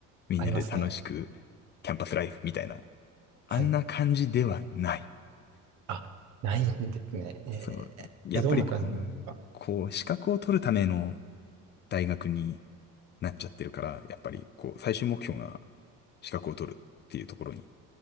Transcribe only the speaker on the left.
みんなで楽しく、
キャンパスライフみたいな。あんな感じではない。
そう。
やっぱりこう、
こう、資格を取るための大学になっちゃってるから、やっぱりこう、最終目標が資格を取るっていうところに